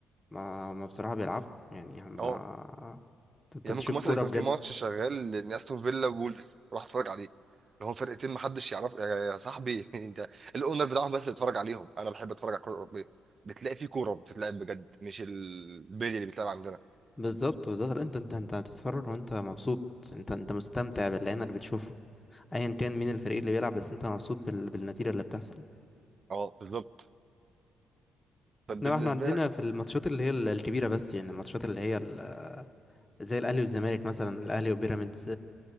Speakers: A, on the left; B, on the right.
A: ما ما بصراحه بيلعبوا يعني هم
B: اه
A: آه، انت
B: يعني
A: بتشوف
B: ممكن مثلا
A: كوره
B: يكون
A: بجد
B: في ماتش شغال لاستون فيلا وولفز اروح اتفرج عليه اللي هو فرقتين محدش يعرف يا يا صاحبي <laughs> انت الاونر بتاعهم بس اتفرج عليهم انا بحب اتفرج على الكوره الاوروبيه بتلاقي في كوره بتتلعب بجد مش البيلي اللي بيتلعب عندنا
A: بالظبط بالظبط لا، انت انت انت بتتفرج وانت مبسوط انت انت مستمتع باللي عينك بتشوفه ايا كان مين الفريق اللي بيلعب بس انت مبسوط بال... بالنتيجه اللي بتحصل
B: اه بالظبط طب
A: انما
B: بالنسبه
A: احنا عندنا
B: لك
A: في الماتشات اللي هي ال- الكبيره بس يعني الماتشات اللي هي ال... زي الاهلي والزمالك مثلا الاهلي وبيراميدز